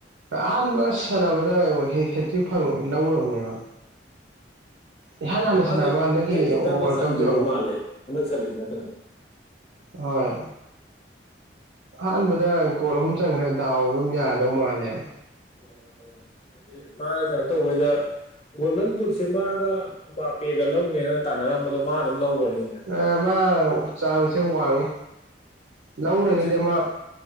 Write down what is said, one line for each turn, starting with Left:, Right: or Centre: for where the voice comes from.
Right: ꯑꯍꯥꯟꯕ ꯁꯥꯟꯅꯕꯗ ꯌꯦꯉꯣ ꯍꯦꯇ꯭ꯔꯤꯛ ꯐꯪ ꯂꯧꯔꯕꯅꯦꯕ ꯏꯍꯥꯟ ꯍꯥꯟꯅ
Left: ꯃꯥꯖꯦ
Right: ꯁꯥꯟꯅꯕ ꯍꯟꯗꯛꯀꯤ
Left: ꯍꯦꯠ ꯇ꯭ꯔꯤꯛꯇ
Right: ꯋꯥꯔꯜ
Left: ꯑꯝꯇ ꯆꯟꯗ꯭ꯔꯤꯕ
Right: ꯀꯞꯇꯣ
Left: ꯃꯥꯜꯂꯦ ꯍꯟꯗꯛ ꯆꯜꯂꯤꯁꯦ ꯅꯠꯇꯅ
Right: ꯍꯣꯏ ꯑꯍꯥꯟꯕꯗ ꯒꯣꯜ ꯑꯍꯨꯝ ꯆꯪꯈ꯭ꯔꯦ ꯗꯥꯎ ꯑꯗꯨꯝ ꯌꯥꯗꯧ ꯃꯥꯜꯂꯦꯕ
Left: <unintelligible> ꯃꯥꯅ ꯀꯩꯅꯣ ꯇꯧꯕꯩꯗ ꯒꯣꯜꯗꯟ ꯕꯨꯠꯁꯦ ꯃꯥꯒ ꯕꯥꯄꯦꯒ ꯂꯧꯅꯦꯅ ꯇꯥꯟꯅꯔꯝꯕꯗꯣ ꯃꯥ ꯑꯗꯨꯝ ꯂꯧꯒ꯭ꯔꯅꯤꯅꯦ
Right: ꯑꯦ ꯃꯥ ꯆꯥꯟꯁꯁꯦ ꯋꯥꯡꯉꯦ ꯂꯧꯔꯅꯤꯗ
Left: ꯍꯧꯖꯤꯛ
Right: ꯃꯥ